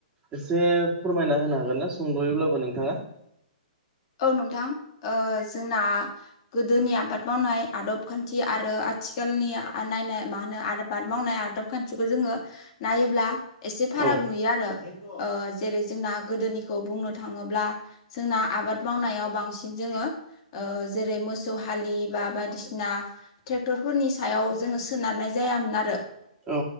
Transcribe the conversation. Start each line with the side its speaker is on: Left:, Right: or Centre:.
Right: एसे फोरमायना होनो हागोन ना सोंद'योब्लाबो नोंथाङा
Left: औ नोंथां जोंना गोदोनि आबाद मावनाय आदब खान्थि आरो आथिखालनि नायनाय मा होनो आबाद मावनाय आदब खान्थिखौ जोङो नायोब्ला एसे फाराग
Right: औ
Left: नुयो आरो जेरै जोंना गोदोनिखौ बुंनो थाङोब्ला जोंना आबाद मावनायाव बांसिन जोङो जेरै मोसौ हालि बा बायदिसिना ट्रेक्टरफोरनि सायाव जोङो सोनारनाय जायामोन आरो
Right: औ।